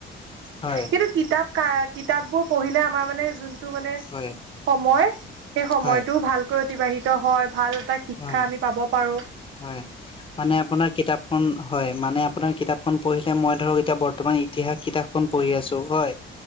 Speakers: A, on the left (about 25°); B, on the right (about 80°).
A: হয়।
B: কিন্তু কিতাপ কাৰ, কিতাপবোৰ পঢ়িলে আমাৰ মানে যোন- টো মানে
A: হয়
B: সময়, সেই সময়টো
A: হয়
B: ভালকৈ অতিবাহিত হয়, ভাল এটা- শিক্ষা
A: হয়
B: আমি পাব পাৰোঁ।
A: হয় মানে আপোনাৰ কিতাপখন হয় মানে আপোনাৰ কিতাপখন পঢ়িলে মই ধৰক এতিয়া- তোমাৰ ইতিহাস কিতাপখন পঢ়ি আছো হয়